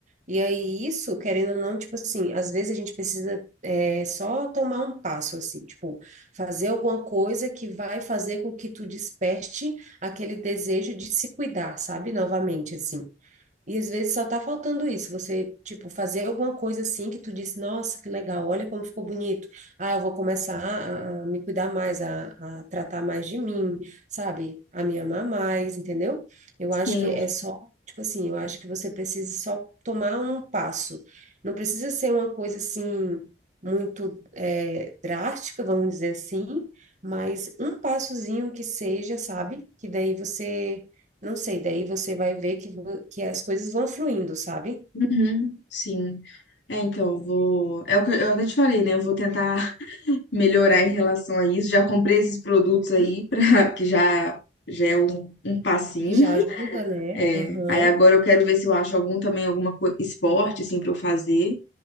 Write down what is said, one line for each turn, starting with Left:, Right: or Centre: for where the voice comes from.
Right: E aí, isso, querendo ou não, tipo assim, às vezes a gente precisa é só tomar um passo, assim, tipo, fazer alguma coisa que vai fazer com que tu desperte aquele desejo de se cuidar, sabe? Novamente, assim. E às vezes só tá faltando isso, você, tipo, fazer alguma coisa assim que tu disse, nossa, que legal, olha como ficou bonito. Ah, eu vou começar a, a me cuidar mais, a, a tratar mais de mim, sabe? A me amar mais, entendeu? Eu
Left: Sim,
Right: acho que é só, tipo assim, eu acho que você precisa só tomar um passo. Não precisa ser uma coisa assim, muito é, drástica, vamos dizer assim, mas um passozinho que seja, sabe? Que daí você não sei, daí você vai ver que, vo- que as coisas vão fluindo, sabe?
Left: uhum, sim. É, então, vou. É o que eu eu até te falei, né? Eu vou tentar <laughs> melhorar em relação a isso. Já comprei esses produtos
Right: Uhum.
Left: aí, <laughs> pra... que já, já é um, um passinho.
Right: Que já ajuda, né?
Left: É.
Right: Aham,
Left: Aí agora eu quero ver se eu acho algum também, alguma co... esporte, assim, pra eu fazer,